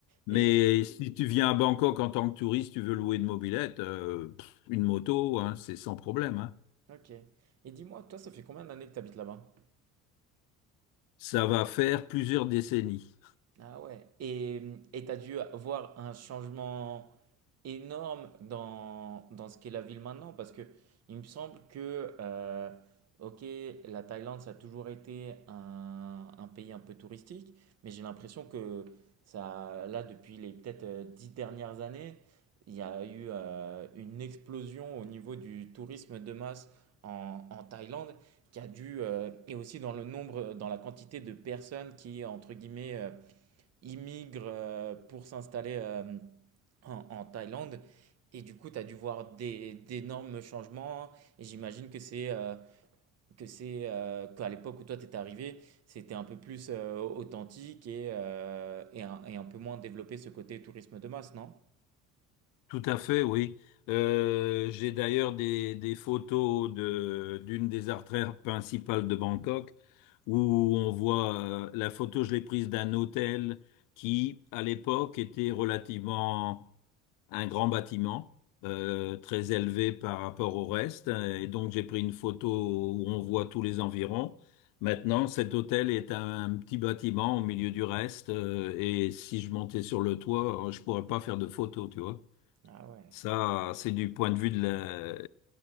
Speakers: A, on the left; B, on the right.
A: Mais
B: Et
A: si tu viens à Bangkok en tant que touriste, tu veux louer une mobilette, euh, pff, une moto, hein, c'est sans problème. hein.
B: ok. Et dis-moi, toi, ça fait combien d'années que tu habites là-bas?
A: Ça va faire plusieurs décennies.
B: Ah ouais. Et et t'as dû voir un changement énorme dans, dans ce qu'est la ville maintenant, parce que il me semble que euh, ok, la Thaïlande ça a toujours été un, un pays un peu touristique, mais j'ai l'impression que ça là depuis les peut-être euh, dix dernières années, il y a eu euh, une explosion au niveau du tourisme de masse en, en Thaïlande qui a dû euh, et aussi dans le nombre, dans la quantité de personnes qui entre guillemets euh, ils euh, pour s'installer euh, en, en Thaïlande. Et du coup, tu as dû voir des, d'énormes changements. Et j'imagine que c'est euh, que c'est euh, qu'à l'époque où toi t'étais arrivé, c'était un peu plus euh, authentique et, euh, et, un, et un peu moins développé ce côté tourisme de masse, non?
A: Tout à fait, oui. Euh, j'ai d'ailleurs des, des photos de, d'une des artères principales de Bangkok où on voit euh, la photo, je l'ai prise d'un hôtel qui, à l'époque, était relativement un grand bâtiment euh, très élevé par rapport au reste. Et donc j'ai pris une photo où on voit tous les environs. Maintenant, cet hôtel est un petit bâtiment au milieu du reste. euh, et si je montais sur le toit, euh, je pourrais pas faire de photo, tu vois.
B: Ah ouais.
A: Ça, c'est du point de vue de, la-